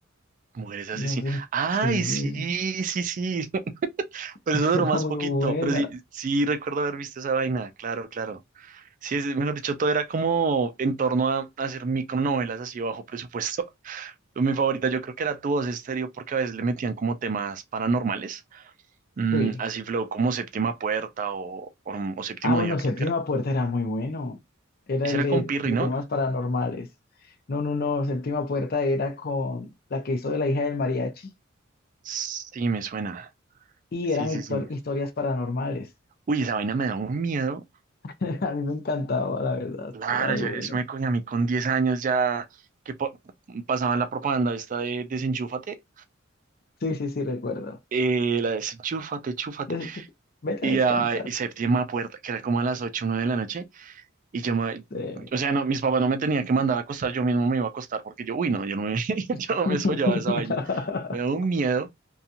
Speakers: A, on the right; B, on the left.
A: Mujeres asesinas.
B: No sé
A: Ay,
B: si,
A: sí,
B: sí,
A: sí, sí. <laughs>
B: <laughs>
A: Pero
B: esa
A: eso duró
B: era
A: más
B: muy
A: poquito.
B: buena.
A: Pero sí, sí recuerdo haber visto esa vaina. Claro, claro. Sí, es, mejor dicho, todo era como en torno a a hacer micronovelas así bajo presupuesto. <laughs> Pero Mi favorita yo creo que era Tu Voz Estéreo porque a veces le metían como temas paranormales. Mm,
B: Sí.
A: así flow como Séptima Puerta o, o, o Séptimo
B: Ah, bueno,
A: Día, creo
B: Séptima
A: que era.
B: Puerta era muy bueno. Era
A: Ese
B: el
A: era
B: de
A: con Pirri,
B: sí,
A: ¿no?
B: temas paranormales. No, no, no, Séptima Puerta era con la que hizo de la hija del mariachi
A: Sí, me suena.
B: y
A: Sí,
B: eran
A: sí,
B: histor-
A: sí.
B: historias paranormales.
A: Uy, esa vaina me da un miedo.
B: <laughs> A mí me encantaba, la verdad,
A: Claro,
B: era muy
A: yo,
B: bueno.
A: eso me coño, a mí con 10 años ya que po- pasaban la propaganda esta de desenchúfate,
B: Sí, sí, sí, recuerdo.
A: eh, la desenchúfate, chúfate,
B: des- Vete
A: y,
B: a descansar.
A: ah, y séptima puerta, que era como a las 8, 9 de la noche, y yo me,
B: Eh,
A: o sea, no, mis papás no me tenían que mandar a acostar, yo mismo me iba a acostar, porque yo, uy, no, yo no me, <laughs> yo
B: <laughs>
A: no me soñaba esa vaina, me da un miedo.